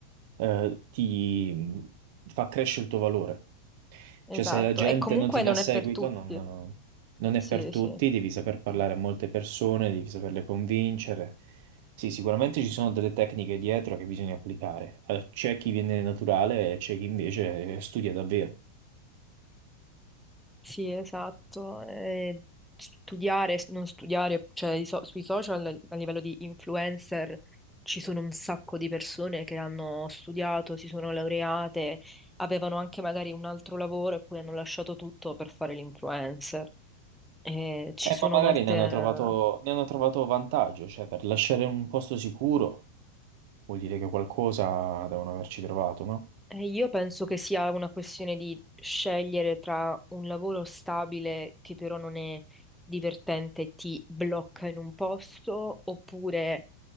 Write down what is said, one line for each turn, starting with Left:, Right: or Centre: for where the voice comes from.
Right: eh, ti mh, fa crescere il tuo valore.
Centre: Esatto.
Right: Cioè, se la gente
Centre: E comunque
Right: non ti dà
Centre: non
Right: seguito,
Centre: è per tutti.
Right: non, non è
Centre: Sì,
Right: per tutti,
Centre: sì.
Right: devi saper parlare a molte persone, devi saperle convincere. Sì, sicuramente ci sono delle tecniche dietro che bisogna applicare. Eh, C'è chi viene naturale e c'è chi invece eh, studia davvero.
Centre: Sì, esatto. E studiare, s- non studiare, cioè i so- sui social a livello di influencer ci sono un sacco di persone che hanno studiato, si sono laureate, avevano anche magari un altro lavoro e poi hanno lasciato tutto per fare l'influencer. E ci
Right: Eh,
Centre: sono
Right: ma magari
Centre: molte...
Right: ne hanno trovato, ne hanno trovato vantaggio, cioè per lasciare un posto sicuro vuol dire che qualcosa devono averci trovato, no?
Centre: e io penso che sia una questione di scegliere tra un lavoro stabile che però non è divertente e ti blocca in un posto oppure